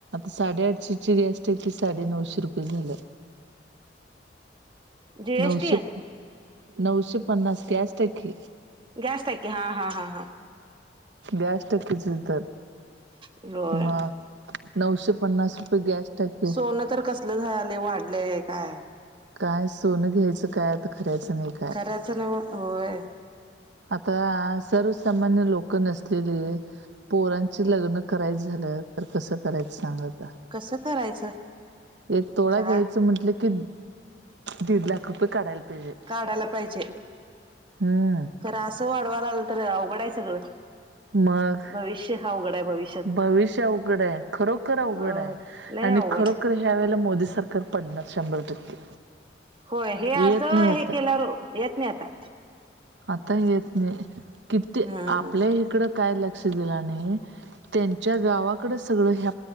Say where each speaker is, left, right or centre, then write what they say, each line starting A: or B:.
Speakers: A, on the right (about 75°); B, on the right (about 25°).
A: साडे आठशेची गॅस टाकी आहे ती साडे नऊशे रुपये झालं
B: जीएसटी
A: नऊशे नऊशे पन्नास गॅस टाकी
B: गॅस टाकी हा, हा, हा
A: गॅस टाकीचच दर
B: होय
A: मग नऊशे पन्नास रुपये गॅस टाकी
B: हो नई तर कस कसलं झालं वाढलंय काय
A: काय सोनं घ्यायचं काय आता खरऱ्याचं नाही काय
B: च नव्ह होय
A: आता सर्वसामान्य लोक नसलेले पोरांचे लग्न करायचं झालं तर कसं करायचं सांग आता
B: कसं करायचं
A: एक तोळा
B: काय
A: घ्यायचं म्हटलं की दीड लाख रुपये काढायला पाहिजे
B: काढायला पाहिजे
A: हम्म
B: खरं असं वाढवावं लागलं तर अवघड आहे सगळं
A: मग
B: भविष्य अवघड आहे भवि
A: भविष्य अवघड आहे खरोखर अवघड
B: अ
A: आहे
B: लय
A: आणि
B: अवघड
A: खरोखर
B: आहे
A: ह्या वेळेला मोदी सरकार पडणार शंभर टक्के
B: होय असं
A: येत नाही आता
B: हे केल्या येत नाही आता
A: आता येत नाही किती
B: हा
A: आपल्या इकडं काय लक्ष दिला आणि त्यांच्या गावाकड सगळ ह